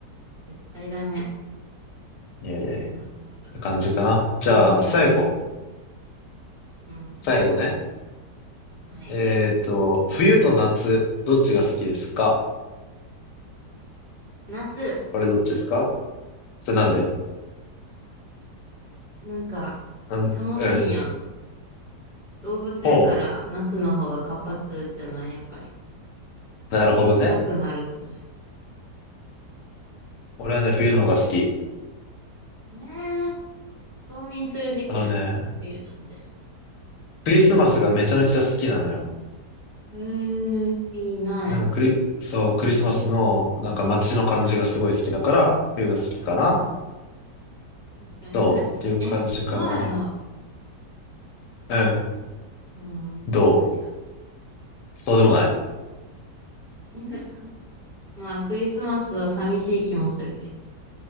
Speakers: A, on the right (about 40°); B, on the left (about 75°).
A: 絶対ダメ。
B: いやいやいや。
A: そんな、もっと。
B: 感じかな。じゃあ、
A: どうしな。
B: 最後。
A: うん。
B: 最後ね。
A: はい。
B: えっと、冬と夏、どっちが好きですか
A: 夏、
B: これどっちですかそれなんで
A: なんか、
B: なんうん。
A: 楽しいやん。動物やから、
B: ほ
A: 夏の方が活発じゃないやっぱり。
B: う。
A: 走りたくなるくない
B: なるほどね。俺はね、冬の方が好き。
A: ええー、冬眠する時期やで。
B: あのね、
A: 冬なんて。
B: クリスマスがめちゃめちゃ好きなのよ。
A: へえ、いいな。
B: なんかクリ、そう、クリスマスの、なんか街の感じがすごい好きだから、冬が好きかな。
A: いいじゃん。確かに、
B: そう、
A: それ、
B: っていう感じかな。
A: え、どうやろ
B: うん。
A: う。うん、
B: どう
A: 確か
B: そうでもない
A: に。<laughs> まあ、クリスマスは寂しい気もするけど。